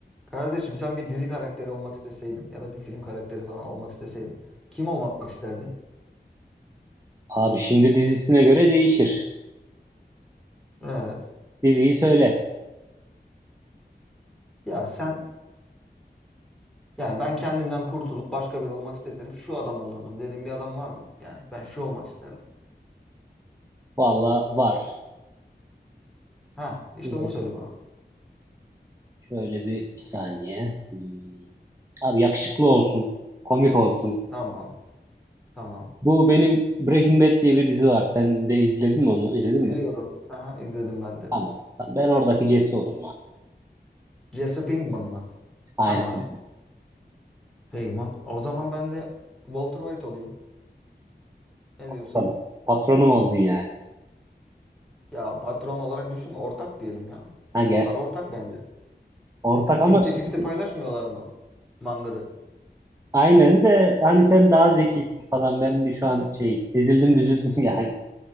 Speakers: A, in the centre; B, on the right.
A: Kardeşim sen bir dizi karakteri olmak isteseydin ya da bir film karakteri falan olmak isteseydin kim olmak isterdin?
B: Abi şimdi dizisine göre değişir.
A: Evet.
B: Diziyi söyle.
A: Ya sen yani ben kendimden kurtulup başka biri olmak isteseydim şu adam olurdum dediğin bir adam var mı? Yani ben şu olmak isterdim.
B: Valla var.
A: Ha işte
B: Ee,
A: onu söyle bana.
B: Şöyle bir, bir saniye. Hmm. Abi yakışıklı olsun. Komik olsun.
A: Tamam. Tamam.
B: Bu benim Breaking Bad diye bir dizi var. Sen de izledin mi onu? İzledin
A: Biliyorum.
B: mi?
A: Aha izledim ben de.
B: Tamam. Tamam, Ben oradaki Jesse olurum abi.
A: Jesse Pinkman mı?
B: Aynen
A: Tamam.
B: öyle.
A: Pinkman. O zaman ben de Walter White olayım. Ne
B: Patronum.
A: diyorsun?
B: Patronum oldun yani.
A: Ya patron olarak düşünme. Ortak diyelim ya.
B: Ha gerçi.
A: Onlar ortak bence.
B: Ortak ama
A: 50-50
B: şimdi-
A: paylaşmıyorlar mı? Mangır'ı.
B: aynen de hani sen daha zekisin
A: E, tamam.
B: falan. Ben bir şu an şey ezildim büzüldüm yani.